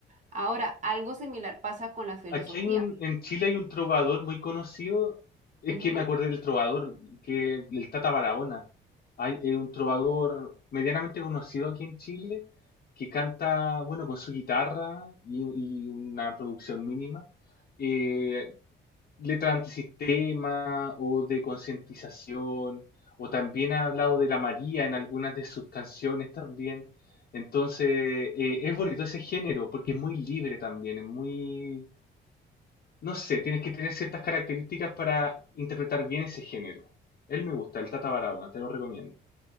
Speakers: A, on the right; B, on the left.
A: Ahora, algo similar pasa con la filosofía.
B: Aquí hay un, en Chile hay un trovador muy conocido. Es
A: Ujú.
B: que me acordé del trovador, que el Tata Barahona. Hay eh, un trovador medianamente conocido aquí en Chile que canta, bueno, con su guitarra y, y una producción mínima. eh, letras antisistema o de concientización, o también ha hablado de la María en algunas de sus canciones también. Entonces, eh, es bonito ese género porque es muy libre también, es muy, no sé, tienes que tener ciertas características para interpretar bien ese género. Él me gusta, el Tata Barahona, te lo recomiendo.